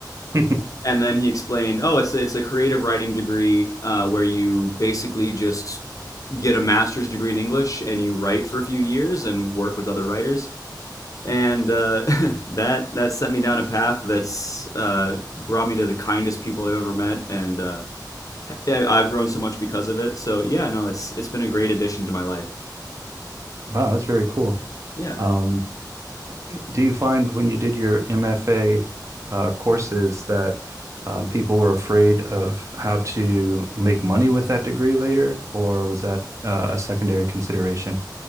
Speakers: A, on the right (about 45°); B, on the left (about 50°).
A: <laughs>
B: And then he explained, "Oh, it's a, it's a creative writing degree uh, where you basically just get a master's degree in English and you write for a few years and work with other writers." And uh, <laughs> that that set me down a path that's uh, brought me to the kindest people I've ever met, and uh, <laughs> yeah, I've grown so much because of it. So yeah, no, it's it's been a great addition to my life.
A: Wow, that's very cool.
B: Yeah,
A: Um, do you find when you did your MFA uh, courses that um, people were afraid of how to make money with that degree later, or was that uh, a secondary consideration?